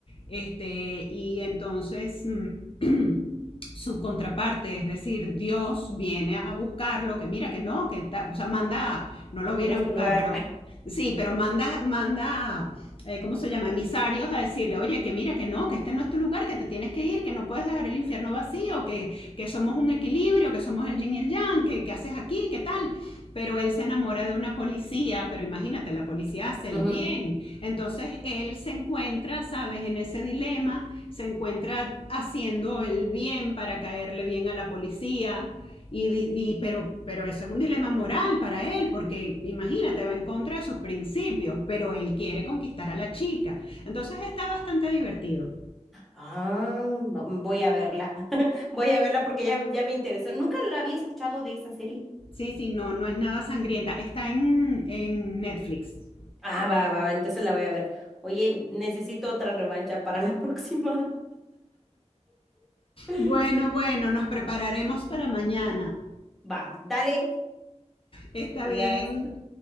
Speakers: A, on the left; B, in the centre.
A: este, y entonces mm, <clears throat> su contraparte, es decir, Dios viene a buscarlo, que mira que no, que ta- o sea, manda,
B: <laughs>
A: no lo
B: Aquí
A: viene
B: no es
A: a buscar,
B: tu lugar.
A: pero sí, pero manda, manda, eh, ¿cómo se llama? Emisarios a decirle, oye, que mira que no, que este no es tu lugar, que te tienes que ir, que no puedes dejar el infierno vacío, que que somos un equilibrio, que somos el yin y el yang, que, que haces aquí, qué tal. Pero él se enamora de una policía, pero imagínate, la policía hace el
B: <laughs> Ujú.
A: bien. Entonces él se encuentra, sabes, en ese dilema, se encuentra haciendo el bien para caerle bien a la policía. Y, y, pero, pero eso es un dilema moral para él, porque imagínate, va en contra de sus principios, pero él quiere conquistar a la chica. Entonces está bastante divertido.
B: Ah, va- voy a verla. <laughs> Voy a verla porque ya, ya me interesó. Nunca la había escuchado de esa serie.
A: Sí, sí, no, no es nada sangrienta. Está en, en Netflix.
B: Ah, va, va, va, entonces la voy a ver. Oye, necesito otra revancha para la próxima. <laughs>
A: Bueno, bueno, nos prepararemos para mañana.
B: Va, dale,
A: Está
B: te cuidas.
A: bien.